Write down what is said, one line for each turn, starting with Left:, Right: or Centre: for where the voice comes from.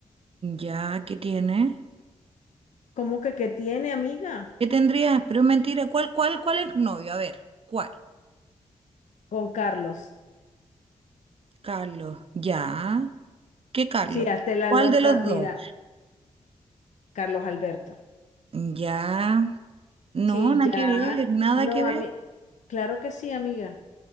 Right: ¿Ya qué tiene?
Left: ¿Cómo que que tiene amiga?
Right: ¿Qué tendría? Pero es mentira, ¿cuál, cuál, cuál es novio? A ver, ¿cuál?
Left: Con Carlos.
Right: Carlos, ¿ya? ¿Qué Carlos?
Left: Sí, hazte la
Right: ¿Cuál
Left: loca.
Right: de los dos?
Left: Mira, Carlos Alberto.
Right: Ya, no,
Left: Sí,
Right: nada
Left: ya.
Right: que ver, nada
Left: No,
Right: que ver,
Left: a mí. Claro que sí, amiga.